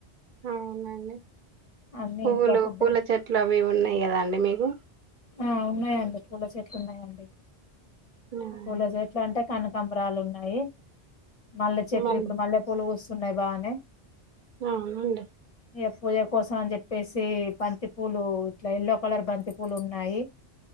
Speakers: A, on the right (about 60°); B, on the left (about 45°).
A: అవునండి,
B: అన్ని
A: పూలు
B: ఇంట్లో ఫుడ్
A: పూల చెట్లు అవి ఉన్నాయి. గదా అండి మీకు.
B: ఆ ఉన్నాయండి, పూల చెట్లు ఉన్నాయండి,
A: అవునండి
B: పూల చెట్లు అంటే. కనకంబరాలు ఉన్నాయి. మల్లె చెట్లు
A: ఆ మల్
B: ఇప్పుడు మల్లె పూలు పూస్తున్నాయి. బాగానే
A: అవునండి.
B: ఏ పూజ కోసం అని చెప్పేసి బంతి పూలు ఇట్లా ఎల్లో కలర్ బంతి పూ బన్నాయి